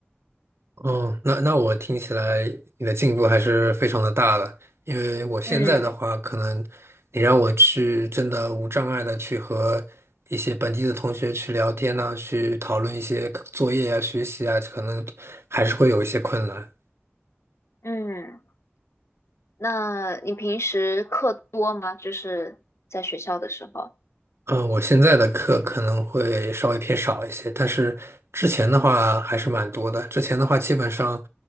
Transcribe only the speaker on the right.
哦，那那我听起来你的进步还是非常的大的，因为我现在的话，
可能你让我去真的无障碍的去和一些本地的同学去聊天呐、去讨论一些作业啊、学习啊，可能还是会有一些困难。
嗯，我现在的课可能会稍微偏少一些，但是之前的话还是蛮多的。之前的话，基本上